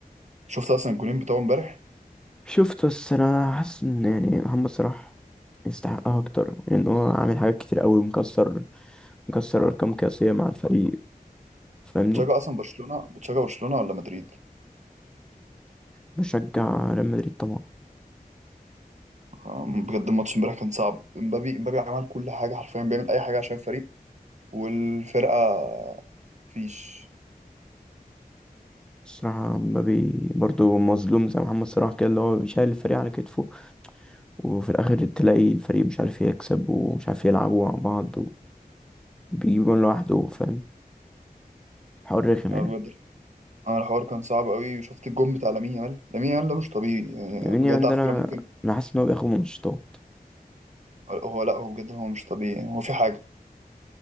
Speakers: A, on the right; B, in the centre.
A: شفت اصلا الجولين بتوعه امبارح
B: شفت بس أنا حاسس إن يعني محمد صلاح يستحقها أكتر لأن هو عامل حاجات كتير أوي مكسر مكسر أرقام قياسية مع الفريق فاهمني
A: انت بتشجع اصلا برشلونة بتشجع برشلونة ولا مدريد
B: بشجع ريال مدريد طبعا
A: آه، بجد الماتش امبارح كان صعب امبابي امبابي عمل كل حاجة حرفيا بيعمل اي حاجة عشان الفريق والفرقة فيش
B: الصراحة مبابي برضو مظلوم زي محمد صلاح كده اللي هو بيشيل الفريق على كتفه وفي الآخر تلاقي الفريق مش عارف يكسب ومش عارف يلعبوا مع بعض وبيجيب جون لوحده فاهم حوار رخم
A: انا
B: يعني
A: بجد انا الحوار كان صعب قوي وشفت الجون بتاع لامين يامال لامين يامال ده مش طبيعي يعني
B: لامين
A: بجد
B: يامال
A: على
B: ده أنا
A: فكرة ممكن
B: أنا حاسس إن هو بياخد منشطات
A: هو لا هو بجد هو مش طبيعي يعني هو في حاجة